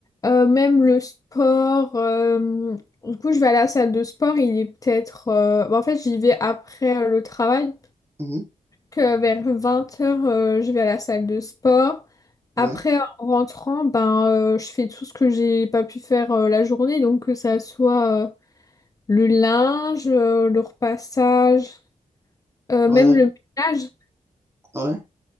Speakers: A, on the left; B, on the right.
A: euh, même le sport. euh, Du coup, je vais à la salle de sport, il est peut-être. euh, bah, en fait, j'y vais après euh, le travail.
B: Mhm.
A: que vers 20h, je vais à la salle de sport.
B: Ouais,
A: Après, en rentrant, ben, euh, je fais tout ce que j'ai pas pu faire euh, la journée. Donc, que ça soit euh, le linge, euh, le repassage, euh,
B: ouais,
A: même le ménage.
B: ouais.